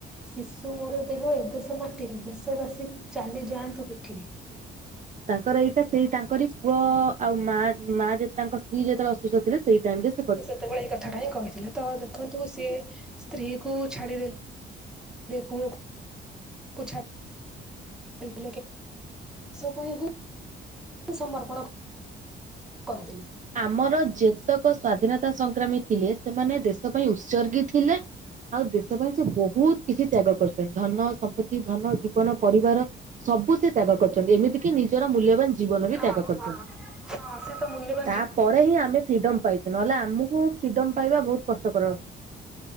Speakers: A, in the centre; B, on the right.
A: ମିଶୁ ମୋର ଦେହ ଏ ଦେଶ ମାଟିରେ ଦେଶ ବାସୀ ଚାଲି ଯାଆନ୍ତୁ ପିଠିରେ।
B: ତାଙ୍କର ଏଇଟା ସେଇ ତାଙ୍କରି ପୁଅ ଆଉ ମା ମା ତାଙ୍କ ସ୍ତ୍ରୀ ଯେତେବେଳେ ଅସୁସ୍ଥ ଥିଲେ ସେଇ ଟାଇମରେ
A: ସେ ସେତେବେଳେ ଏଇ କଥାଟା ହିଁ କହିଥିଲେ ତ ଦେଖନ୍ତୁ ସିଏ। ସ୍ତ୍ରୀ କୁ ଛାଡିଦେଲେ ପୁଅକୁ ଛା <unintelligible> ପାଇଁ ହିଁ ସମର୍ପଣ। କରିଦେଲି।
B: ଆମର ଯେତେକ ସ୍ଵାଧୀନତା ସଂଗ୍ରାମୀ ଥିଲେ ସେମାନେ ଦେଶ ପାଇଁ ଉତ୍ସର୍ଗୀ ଥିଲେ। ଆଉ ଦେଶ ପାଇଁ ସେ ବହୁତ କିଛି ତ୍ୟାଗ କରୁଛନ୍ତି ଧନ ସମ୍ପତ୍ତି ଧନ ଜୀବନ ପରିବାର। ସବୁ ସେ ତ୍ୟାଗ କରିଛନ୍ତି ଏମିତି କିି ନିଜର ମୂଲ୍ୟବାନ ଜୀବନ ବି
A: ହଁ
B: ତ୍ୟାଗ କରିଛନ୍ତି।
A: ହଁ ସେ ତ ମୂଲ୍ୟ
B: ତାପରେ ହିଁ ଆମେ ଫ୍ରିଡମ ପାଇଛୁ ନହେଲେ ଆମକୁ ଫ୍ରିଡମ ପାଇବା ବହୁତ୍ କଷ୍ଟକର।